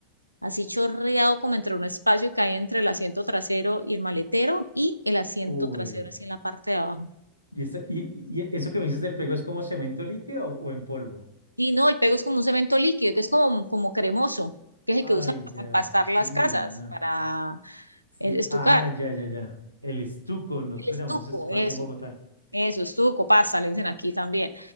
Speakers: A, on the right; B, on the left.
A: así chorreado como entre un espacio que hay entre el asiento trasero y el maletero y el asiento
B: Uy,
A: trasero así en la parte de abajo.
B: ¿y, esto- y, y eso que me dices del pego es como cemento líquido o, o en polvo?
A: Y no, el pego es como un cemento líquido, que es como, como cremoso, que es el
B: Ay,
A: que usan para
B: ya,
A: empastar las
B: uy,
A: casas,
B: nada.
A: para
B: Sí,
A: eh, estucar,
B: ah, ya, ya, ya. El estuco, nosotros
A: el estuco,
B: lo llamamos estuco
A: eso.
B: aquí en Bogotá.
A: Eso, estuco, pasa, le dicen aquí también.